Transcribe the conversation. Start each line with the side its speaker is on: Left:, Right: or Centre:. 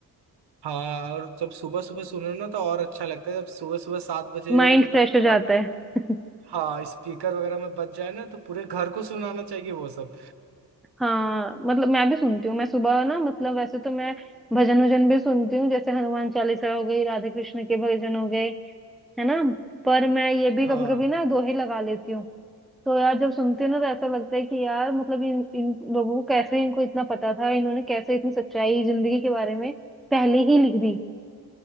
Right: हाँ और जब सुबह सुबह सुनो ना तो और अच्छा लगता है जब सुबह सुबह सात बजे
Centre: माइंड
Right: मतलब
Centre: फ्रेश हो जाता है <laughs>
Right: हाँ स्पीकर वगैरह में बच जाए ना तो पूरे घर को सुनाना चाहिए वो सब
Centre: हाँ मतलब मैं भी सुनती हूँ मैं सुबह ना मतलब वैसे तो मैं भजन वजन भी सुनती हूँ जैसे हनुमान चालीसा हो गई राधे कृष्ण के भजन हो गए है ना पर मैं ये भी
Right: हाँ
Centre: कभी कभी ना दोहे लगा लेती हूँ तो यार जब सुनती हूँ ना तो ऐसा लगता है कि यार मतलब इन इन लोगों को कैसे इनको इतना पता था इन्होंने कैसे इतनी सच्चाई जिंदगी के बारे में पहले ही लिख दी